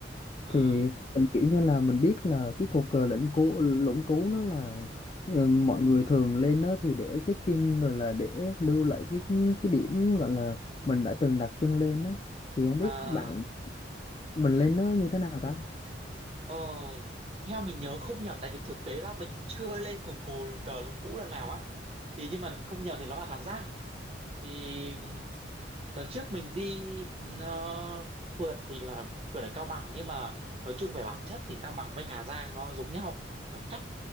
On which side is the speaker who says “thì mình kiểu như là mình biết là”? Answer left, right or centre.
Left